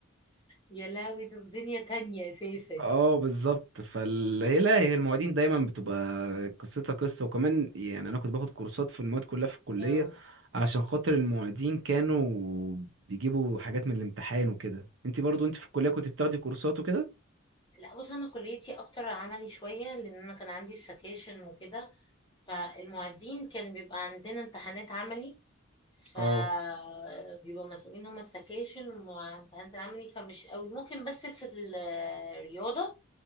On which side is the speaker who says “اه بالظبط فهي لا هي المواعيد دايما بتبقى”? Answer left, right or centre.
Right